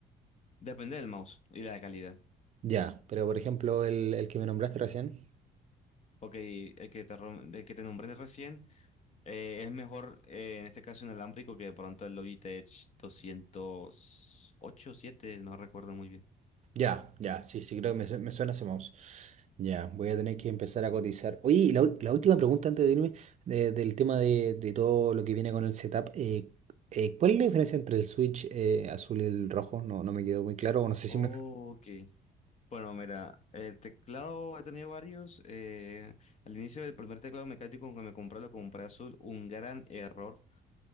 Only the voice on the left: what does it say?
Depende del mouse y la calidad.
Ok, el que te, rom- el que te nombré recién eh, es mejor eh, en este caso inalámbrico que de pronto el Logitech 208 siete no recuerdo muy bien.
Ok.
Bueno, mira, el teclado he tenido varios. eh, al inicio del primer teclado mecánico que me compré, lo compré azul. Un gran error.